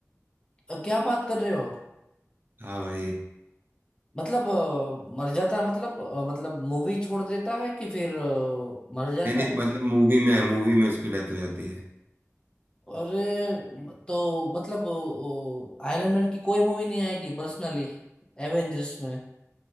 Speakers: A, on the left; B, on the right.
A: अ, क्या बात कर रहे हो
B: हाँ भाई
A: मतलब अ, मर जाता मतलब अ, मतलब मूवी छोड़ देता है कि फिर अ, मर जाता
B: नहीं नहीं मतलब मूवी में है मूवी में उसकी डेथ हो जाती है
A: अरे म- तो मतलब आयरन मैन की कोई मूवी नहीं आएगी पर्सनली एवेंजर्स में